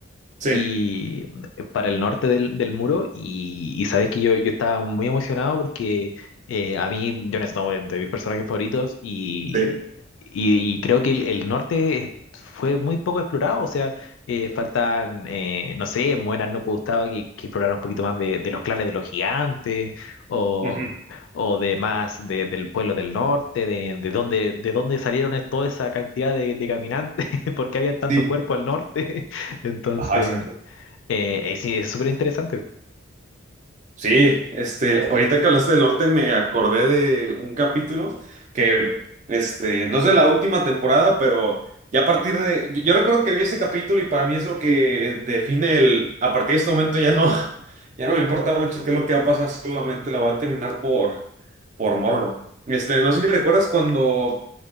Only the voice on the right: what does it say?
Sí,
sí.
Ujú.
Sí.
Ajá, exacto.
Sí, este, ahorita que hablaste del norte me acordé de un capítulo que, este, no es de la última temporada, pero ya a partir de, yo, yo recuerdo que vi ese capítulo y para mí es lo que define el, a partir de este momento ya no, <laughs> ya no me importa mucho qué es lo que va a pasar, solamente la voy a terminar por, por morbo. Este, no sé si recuerdas cuando